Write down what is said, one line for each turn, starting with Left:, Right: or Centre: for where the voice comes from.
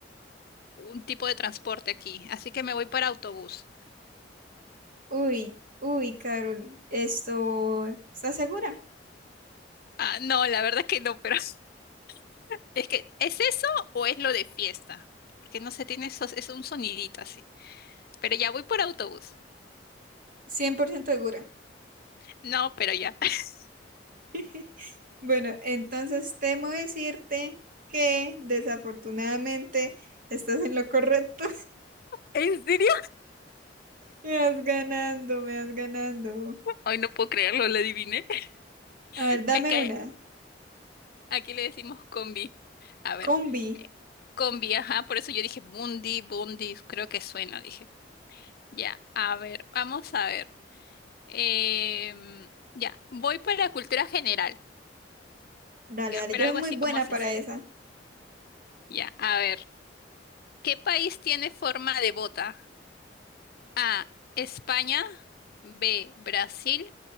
Left: un tipo de transporte aquí. Así que me voy para autobús.
Right: Uy, uy, Carol, esto... ¿Estás segura?
Left: Ah, no, la verdad que no, pero <laughs> es que, ¿es eso o es lo de fiesta? Porque no se tiene esos, es un sonidito así. Pero ya voy por autobús.
Right: 100% segura.
Left: No, pero ya. <laughs>
Right: <laughs> Bueno, entonces temo decirte que desafortunadamente estás en lo correcto.
Left: ¿En serio?
Right: Me vas ganando, me vas ganando.
Left: Ay, no puedo creerlo, lo adiviné. <laughs>
Right: A ver, dame
Left: Es que
Right: una.
Left: aquí le decimos combi. A ver,
Right: Combi.
Left: eh, combi, ajá, por eso yo dije Bundi, Bundi, creo que suena, dije. Ya, a ver, vamos a ver. Em, ya, voy para cultura general.
Right: Dale,
Left: Ya,
Right: dale.
Left: pero
Right: Yo
Left: algo
Right: soy muy
Left: así
Right: buena
Left: como sencillo.
Right: para esa.
Left: Ya, a ver. ¿Qué país tiene forma de bota? A. España. B. Brasil.